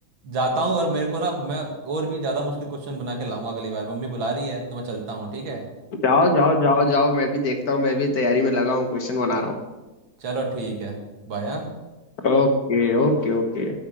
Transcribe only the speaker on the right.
जाता हूँ और मेरे को ना मैं और भी ज़्यादा मुश्किल क्वेश्चन बना के लाऊंगा अगली बार मम्मी बुला रही है तो मैं चलता हूँ ठीक है
चलो ठीक है बाय